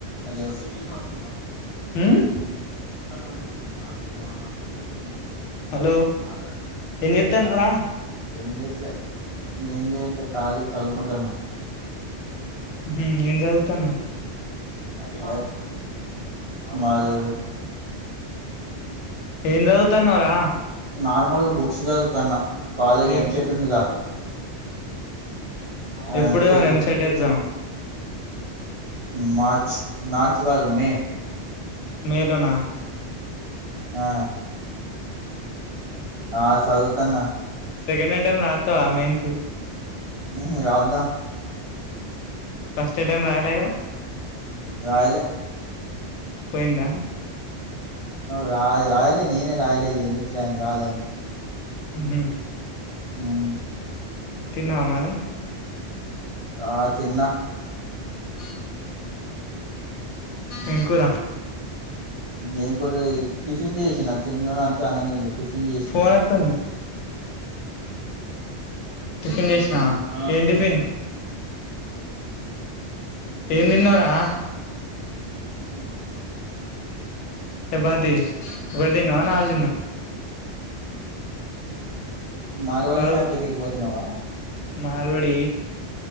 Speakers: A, on the right (about 50°); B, on the left (about 85°).
A: Hello త
B: హ్మ్
A: నాకేం మాట్లాడనిలేదు
B: హలో
A: మాట్లాడు
B: ఏం చేత్తన్నావ్ రా
A: ఏం చేయట్లే ఏం చేయట్లే ఖాళీ చదువుకుంటున్నా
B: హుమ్ ఏం చదువుతున్నావ్
A: అదే మాది
B: ఏం చదువుతున్నావ్ రా
A: నార్మల్గా బుక్స్ చదువుతన్న కాలేజ్
B: ఏం
A: ఎంసెట్ ఉందిగా బయాలజీ
B: ఎప్పుడె
A: చెప్తావా
B: మరి ఎంసెట్
A: ఏదో
B: ఎక్జాం
A: ఒకటి మార్చ్ మార్చ్ కాదు మే
B: మే లోన
A: అ ఆ చదువుతున్న
B: సెకండ్ ఐటెమ్ రాస్తవా మెయిన్స్
A: మ్ రాద్దాం
B: ఫస్ట్ అటైం రాయలెగా
A: రాయ్లే
B: పోయింద
A: రా రాయ్లే నేనే రాయ్ లేదు ఎందుకులే అని రాదని
B: ఉహు
A: మ్
B: తిన్నావ మరె
A: ఆ తిన్న
B: ఉ ఏం కూర
A: ఏం కూరె టిఫిన్ చేసిన తిన్న అంటే అన్నం తినలె టిఫిన్ చేసిన
B: ఫోన్ వత్తుంది టిఫిన్ చేసినావా
A: ఆ
B: ఏం టిఫిన్ ఏమ్ తిన్నావ్ రా
A: ఉ
B: చపాతి వదిన నాక్
A: మార్వాడి
B: చదువు
A: షాప్ దగ్గరికి పోతున్నావా
B: మార్వడి